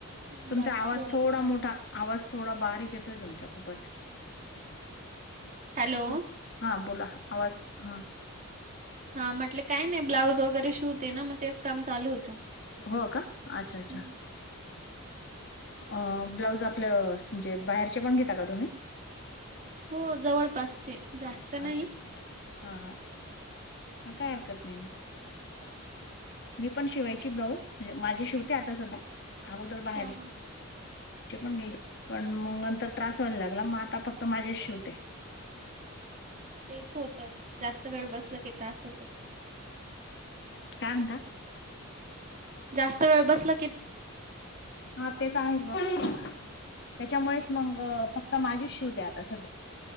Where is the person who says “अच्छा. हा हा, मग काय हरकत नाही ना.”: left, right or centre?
Left